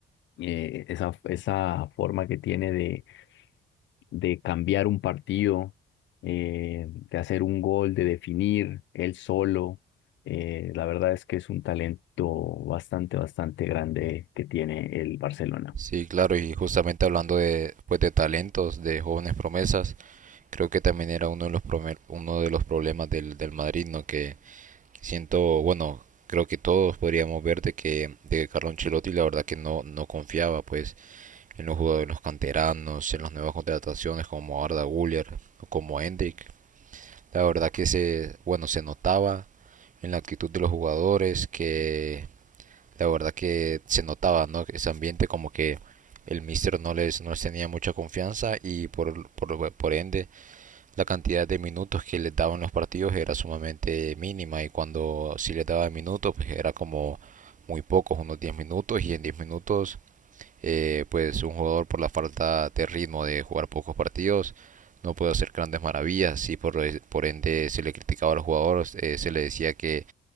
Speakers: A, on the left; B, on the right.
A: Eh, esa, esa forma que tiene de, de cambiar un partido, eh, de hacer un gol, de definir él solo, eh, la verdad es que es un talento bastante, bastante grande que tiene el Barcelona.
B: Sí, claro, y justamente hablando de, pues, de talentos, de jóvenes promesas, creo que también era uno de los, prome- uno de los problemas del, del Madrid, ¿no? Que siento, bueno, creo que todos podríamos ver de que, de que Carlo Ancelotti la verdad que no, no confiaba, pues, en los jugadores, en los canteranos, en las nuevas contrataciones como Arda Güler, como Endrick, La verdad que se, bueno, se notaba en la actitud de los jugadores que la verdad que se notaba, ¿no? Ese ambiente como que el mister no les, no les tenía mucha confianza y por, por, por ende la cantidad de minutos que les daban los partidos era sumamente mínima y cuando sí les daba minutos pues era como muy pocos, unos 10 minutos y en 10 minutos eh, pues un jugador por la falta de ritmo de jugar pocos partidos no puede hacer grandes maravillas y por, por ende se le criticaba a los jugadores, eh, se le decía que,